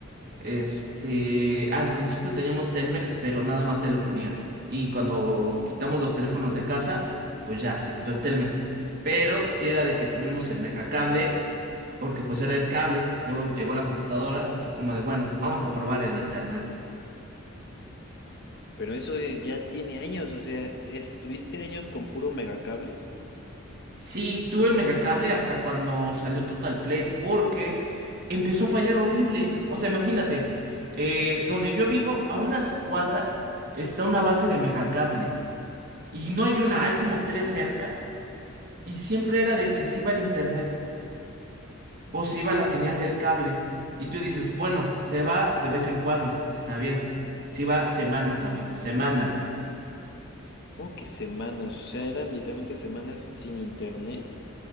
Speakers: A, on the left; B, on the right.
A: gracias.
B: este, al principio teníamos Telmex, pero nada más telefonía. Y cuando quitamos los teléfonos de casa, pues ya se quitó el Telmex. Pero sí era de que tuvimos el megacable, porque pues era el cable. Luego llegó la computadora y fue como de, bueno, vamos a probar el internet.
A: Pero eso eh, ya tiene años, o sea, estuviste años con puro megacable,
B: Sí, tuve megacable hasta cuando salió Total Play porque empezó a fallar horrible. O sea, imagínate, eh, donde yo vivo, a unas cuadras está una base de megacable. Y no hay una, hay como tres cerca. Y siempre era de que se iba el internet o se iba la señal del cable. Y tú dices, bueno, se va de vez en cuando, está bien. Se va semanas, amigo, semanas.
A: como que semanas, o sea, eran literalmente semanas sin internet.